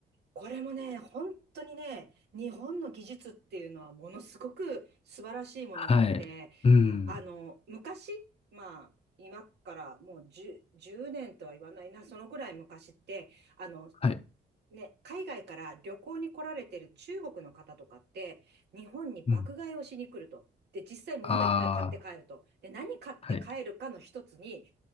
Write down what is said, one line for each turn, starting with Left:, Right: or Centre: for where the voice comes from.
Right: これもね、本当にね、日本の技術っていうのはものすごく素晴らしいものがあって、
Left: はい。うん。
Right: あの、昔、まあ、今からもう10、10年とは言わないな、そのぐらい昔って、あの、
Left: はい。
Right: ね、海外から旅行に来られてる中国の方とかって、日本に爆買いをしに来ると。
Left: うん。
Right: で、実際物いっぱい買って帰ると。
Left: あ
Right: で、何買って帰るかの一つに、
Left: あ、はい。